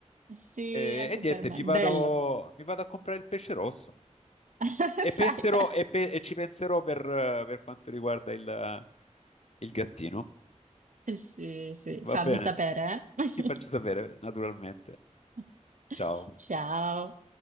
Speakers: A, on the right; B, on the left.
A: Sì,
B: eh,
A: anche
B: e niente,
A: per me.
B: mi
A: Bello.
B: vado, mi vado a comprare il pesce rosso
A: <laughs>
B: e,
A: Fai,
B: penserò,
A: fai.
B: e, pe- e ci penserò per, eh, per quanto riguarda il il gattino.
A: Sì, sì.
B: Va
A: Fammi
B: bene,
A: sapere, eh.
B: ti faccio sapere, naturalmente.
A: <laughs>
B: Ciao.
A: Ciao.